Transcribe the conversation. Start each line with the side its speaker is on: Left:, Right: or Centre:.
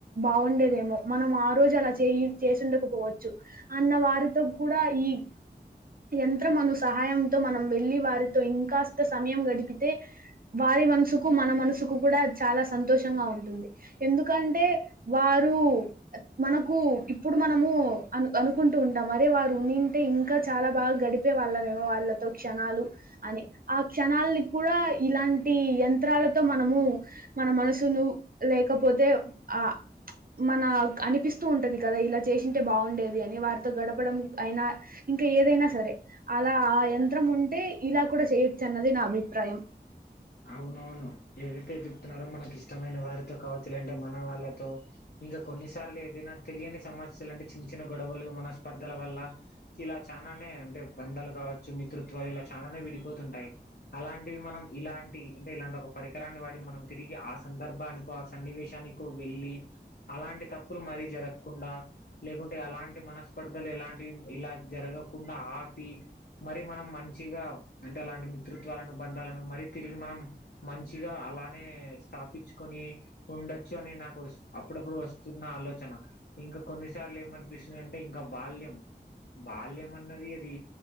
Right: బాగుండేదేమో మనం ఆ రోజు అలా చే చేసిండకపోవచ్చు అన్న వారితో కూడ <unintelligible> యంత్రం అను సహాయంతో మనం వెళ్ళలి వారితో ఇంకాస్త సమయం గడిపితే వారి మనసుకు మన మనసుకు కూడ చాల సంతోషంగా ఉంటుంది ఎందుకంటే వారు మనకు ఇప్పుడు మనము అ అనుకుంటూ ఉంటాం అరే వారు ఉంటే ఇంకా చాలా బాగా గడి <unintelligible> చెప్పే వాళ్ళమేమో వాళ్ళతో క్షణాలు అని ఆ క్షణాలని కూడ ఇలాంటి యంత్రాలతో మనము మన మనసును లేకపోతే ఆ మనకు అనిపిస్తూ ఉంటది కదా ఇలా చేశింటే బాగుండేది అని వారితో గడపడం అయినా ఇంకా ఏదైనా సరే, అలా ఆ యంత్రం ఉంటే ఇలా కూడా చేయొచ్చు అన్నది నా అభిప్రాయం.
Left: అవునవును ఏదైతే చెప్తున్నారో మనకి ఇష్టమైన వారితో కావచ్చు లేంటే మన వాళ్ళతో ఇంకా కొన్నిసార్లు ఏదైనా తెలియని సమస్యలు అంటే చిన్న చిన్న గొడవలు మన స్పర్ధల వల్ల ఇలా చానానే అంటే బంధాలు కావచ్చు, మితృత్వాలు ఇలా చానానే విడిపోతుంటాయి. అలాంటివి మనం ఇలాంటి అంటే ఇలాంటి ఒక పరికరాన్ని వాడి మనం తిరిగి ఆ సందర్భానికో, ఆ సన్నివేశానికో వెళ్ళి అలాంటి తప్పులు మరీ జరగకుండా లేకుంటే అలాంటి మనస్పర్ధలు ఎలాంటివి ఇలా జరగకుండా ఆపి మరి మనం మంచిగా అంటే అలాంటి మిత్రుత్వాలను బంధాలను మరి తిరిగి మనం మంచిగా అలానే స్థాపిచ్చుకొని ఉండొచ్చు అని నాకు అప్పుడప్పుడు వస్తున్న ఆలోచన. ఇంకా కొన్నిసార్లు ఏమనిపిస్తుందంటే ఇంకా బాల్యం, బాల్యం అన్నది అది